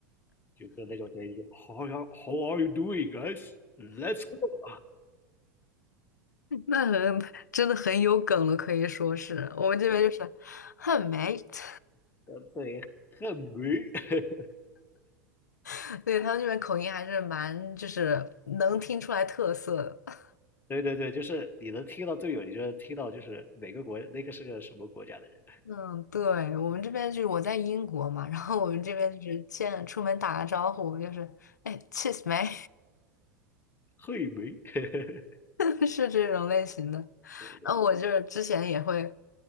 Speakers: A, on the left; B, on the left.
A: 就是那种声音，How are How are you doing, guys? Let's go.
B: 那很真的很有梗了，可以说是我们这边就是
A: <laughs>
B: 很 mate，
A: 呃对，很美。<laughs>
B: <laughs> 对他们这边口音还是蛮就是能听出来特色的。
A: 对对对，就是你能听到队友，你就能听到就是每个国那个是个什么国家的人，
B: 嗯，对，我们这边就是我在英国嘛，然后我们这边就是见出门打个招呼就是哎，cheers m
A: 嘿没，<laughs> 对
B: <laughs> 是这种类型的。
A: 对，
B: 然后我就是之前也会，